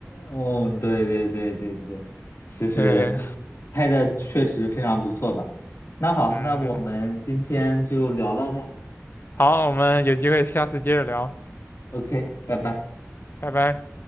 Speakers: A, on the left (about 65°); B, on the left (about 45°).
A: 哦，对对对对对，就是拍的确实非常不错吧。
B: 对，
A: 那好，
B: 嗯，
A: 那我们今天就聊到这
B: 好，我们有机会下次接着聊，
A: o k 拜拜。
B: 拜拜。